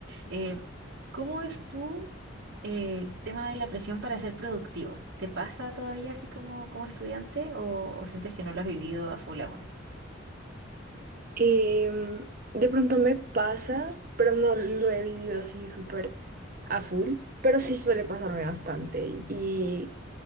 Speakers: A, on the right; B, on the right.
A: Eh, ¿cómo es tú eh, el tema de la presión para ser productivo? ¿Te pasa todavía así como, como estudiante o, o sientes que no lo has vivido a full aún?
B: Em, de pronto me pasa, pero no lo he vivido así súper a full, pero sí suele pasarme bastante. Y, y,